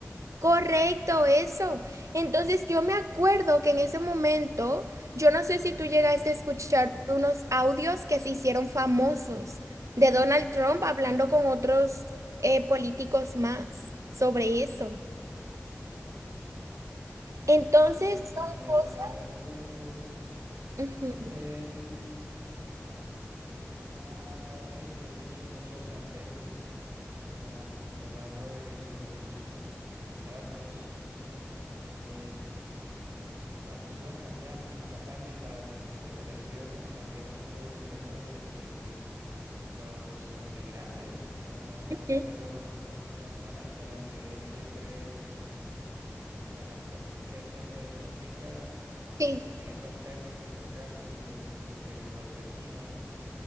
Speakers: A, on the right; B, on the right.
A: Correcto, eso. Entonces yo me acuerdo que en ese momento, yo no sé si tú llegaste a escuchar unos audios que se hicieron famosos de Donald Trump hablando con otros eh, políticos más sobre eso. Entonces
B: Sí,
A: son
B: mira,
A: cosas...
B: la verdad es que
A: Ujú,
B: él ha hecho y dicho muchas sandeces ah, a lo largo de sus mandatos y cuando estuvo en campea- en campaña en las recientes elecciones también estuvo diciendo de que los inmigrantes o no
A: ujú,
B: recuerdo qué personas a las que él siempre contra las pe- que él siempre despotrica que
A: Sí.
B: se comían los perros y los gatos de, de los vecinos